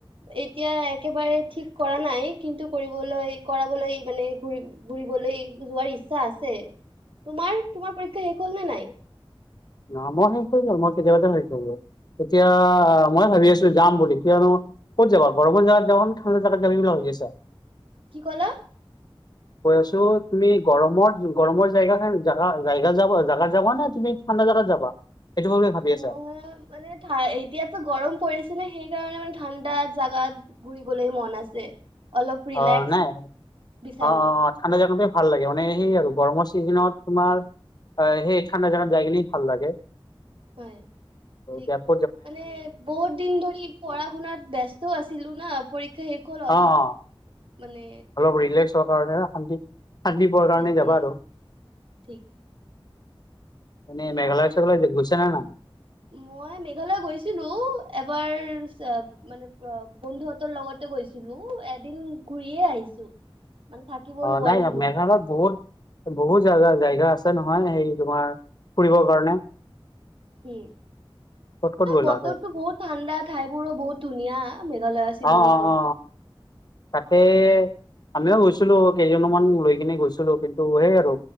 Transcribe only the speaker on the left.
ন মই স কৰি আৰু মই কেতি দেৱাতে হৈেই তেতিয়া মই ভাবি আছো যাম বুলি কিয়নো ক'ত যাবা গৰমৰ জাগগাত যাব ঠাণ্ডা জাগগাত যাবি বুলি ভাবিছো কিছা
<inaudible> কৈ আছো তুমি গৰমৰ গৰমৰ জেগা জগা জগা যাব জোগা যাব নে তুমি ম নাজাৰত যাবা সেইটো বুলি ভাবি আছা?
অ নাই
অ অ অ ঠাণ্ডা জগনতে ভাল লাগে মানে সেই আৰু গৰমৰ চিজনত তোমাৰ সেই ঠাণ্ডা জা যায় কিিনি ভাল লাগে
বাপ
অ অ
অলপ ৰিলেক্স হোৱাৰ কাৰণে শান্তি শান্তি পোৱাৰ কাৰণে
যাবা আৰু
এনে মেঘালয়
চেঘালয় গৈছা নে নাই
অ',
নাই মেঘালয়ত বহুত বহুত জাগা আ জেগা আছে নহয়, সেই তোমাৰ ফুৰিবৰ কাৰণে।
ক'ত ক'ত গ'লা
অ
অ
অ তাতে আমিও গৈছিলো, কেইজনমান লৈ কিনে গৈছিলো, কিন্তু সেই আৰু